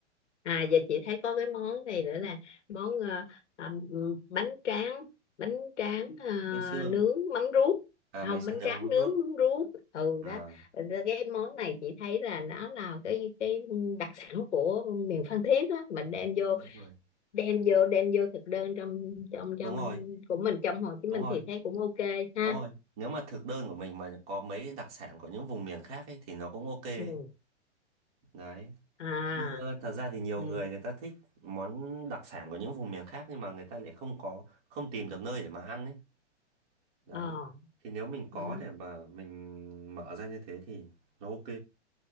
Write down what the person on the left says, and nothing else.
À giờ chị thấy có cái món này nữa là món ờ, à, m- bánh tráng bánh tráng ờ,
nướng mắm ruốc
không
bánh
tráng
nướng
mắm ruốc ừ
đó Rồi cái món này chị thấy là nó là cái cái đặc sản của miền Phan Thiết á mình đem vô
đem vô đem vô thực đơn trong trong trong
của mình trong Hồ Chí Minh
thì thấy cũng ok ha
ừ.
à
ừ.
ờ
À.